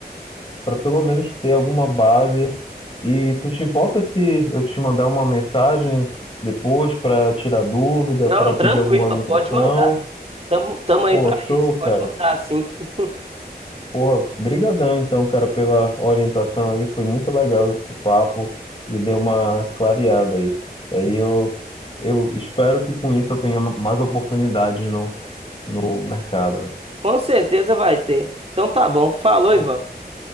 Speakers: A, on the left (about 35°); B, on the right (about 35°).
A: para pelo menos ter alguma base. E tu te importa se eu te mandar uma mensagem depois para tirar dúvida,
B: Não,
A: para
B: tranquilo,
A: pedir alguma orientação?
B: pode mandar. Tamo, tamo aí
A: Pô,
B: para
A: show,
B: isso,
A: cara.
B: pode mandar sim. <laughs>
A: Porra, brigadão então, cara, pela orientação aí. Foi muito legal esse papo e deu uma clareada aí. E aí eu, eu espero que com isso eu tenha mais oportunidades no, no mercado.
B: Com certeza vai ter. Então tá bom, falou,
A: Pô,
B: Ivan.